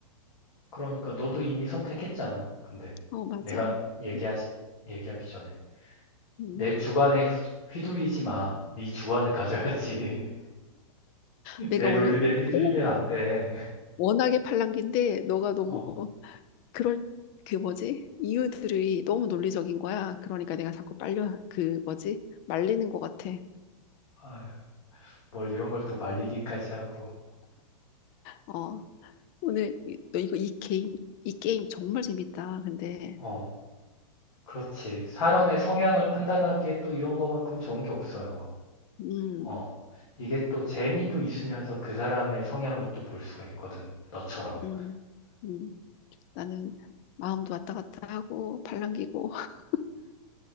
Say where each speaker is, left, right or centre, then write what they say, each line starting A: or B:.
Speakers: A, on the left (about 70°); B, on the left (about 40°).
A: 그러니까 너도 이미 선택했잖아. 근데
B: 어, 맞아.
A: 내가 얘기하지,
B: 음,
A: 얘기하기 전에
B: 음.
A: 내 주관에 휘- 휘둘리지 마. 네 주관을 가져야지. <laughs>
B: 내가
A: 내 논리에
B: 원래
A: 휘둘리면
B: 팔랑-
A: 안 돼.
B: 워낙에 팔랑귀인데 너가 너무
A: 어,
B: 그럴 그 뭐지? 이유들이 너무 논리적인 거야. 그러니까 내가 자꾸 빨려 그 뭐지? 말리는 것 같아.
A: <laughs> 아뭘 이런 걸 또 말리기까지 하고.
B: 어, 오늘 이- 너 이거 이 게임 이 게임 정말 재밌다. 근데
A: 어, 그렇지. 사람의 성향을 판단하기에 또 이런 거만큼 좋은 게 없어요.
B: 음,
A: 어, 이게 또 재미도 있으면서 그 사람의 성향을 또 볼 수가 있거든. 너처럼.
B: 음, 음, 나는 마음도 왔다 갔다 하고 팔랑귀고 <laughs>